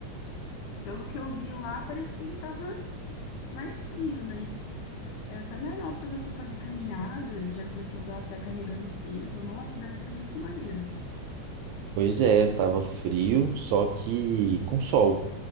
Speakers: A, on the left (about 75°); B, on the right (about 75°).
A: pelo que eu vi lá, parecia que tava mais frio, né? É até melhor para você fazer caminhada, já que você andou a pé carregando peso. Nossa, deve ser muito maneiro.
B: Pois é, tava frio, só que com sol.